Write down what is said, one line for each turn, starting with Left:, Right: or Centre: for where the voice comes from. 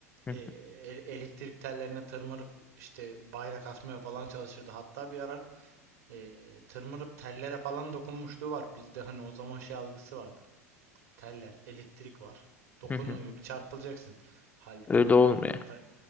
Left: Hı
Right: E,
Left: hı,
Right: el- elektrik tellerine tırmanıp işte bayrak asmaya falan çalışırdı. Hatta bir ara e, tırmanıp tellere falan dokunmuşluğu var. Bizde hani o zaman şey algısı vardı. Teller, elektrik var. Dokunduğun
Left: hı hı.
Right: gibi çarpılacaksın. Halbuki
Left: Öyle
Right: hani
Left: olmuyor.
Right: onlarda